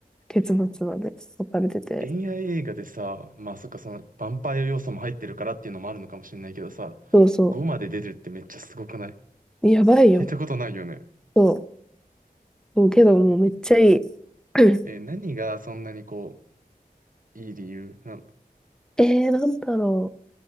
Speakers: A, in the centre; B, on the right.
A: 結末まで分かれてて。
B: え、恋愛映画でさ、まあそっか、その、ヴァンパイア要素も入ってるからっていうのもあるのかもしれないけどさ、
A: そうそ
B: 5まで出るってめっちゃすごくない
A: う。やばいよ。
B: 聞いたことないよね。
A: そう。そうけどもうめっちゃいい。
B: え、
A: <clears throat>
B: え何がそんなにこう、いい理由なの
A: えー、なんだろ